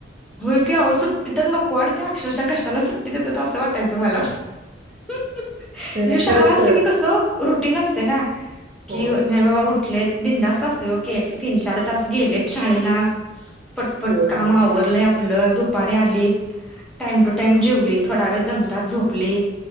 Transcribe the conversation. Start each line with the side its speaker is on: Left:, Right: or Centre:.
Centre: होय की आहो सुट्टी तर नक कॉड त्या अक्षरशच्या कशाला सुट्टी देतात अस वाटायच मला म्हणजे
Right: नाही नाही
Centre: शाळा
Right: खरंच
Centre: असली
Right: खरंच
Centre: की कस रुटीन असते ना कि
Right: होय
Centre: नाय बाबा उठलेत बिंदास अस ओक <unintelligible> तीन चार तास गेलेच शाळेला पटपट
Right: होय
Centre: काम
Right: होय होय.
Centre: आवरलय आप मुलं दुपारी आली टाइम टू टाइम जेवली थोडा वेळ दमतात झोपली.